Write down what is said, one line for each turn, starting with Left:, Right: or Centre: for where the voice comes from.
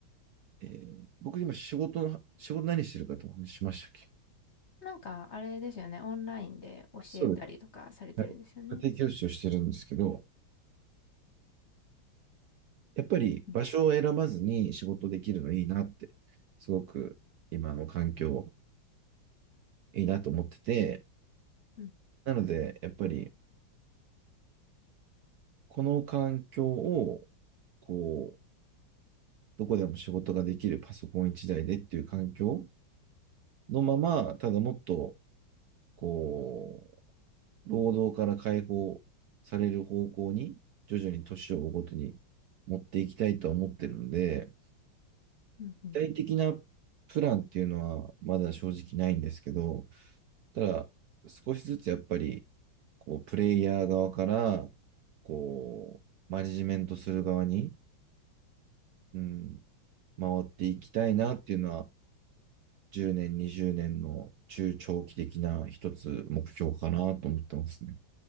Right: えー僕今仕事の、仕事何してるかとお話ししましたっけ
Left: なんか、あれですよね。オンラインで教えたりとかされてるんですよね。
Right: あそうです。はい。家庭教師をしてるんですけど、やっぱり場所を選ばずに仕事できるのいいなって、
Left: うん、
Right: すごく今の環境いいなと思ってて、
Left: うん、
Right: なので、やっぱりこの環境を、こう、どこでも仕事ができるパソコン一台でっていう環境のまま、ただもっとこう、労働から解放される方向に、徐々に年を追うごとに持っていきたいとは思ってるので、
Left: うん。うん
Right: 具体的なプランっていうのはまだ正直ないんですけど、ただ、少しずつやっぱり、こう、プレイヤー側から、こう、マネジメントする側に、うん、回っていきたいなっていうのは、10年、20年の中長期的な一つ目標かなと思ってますね。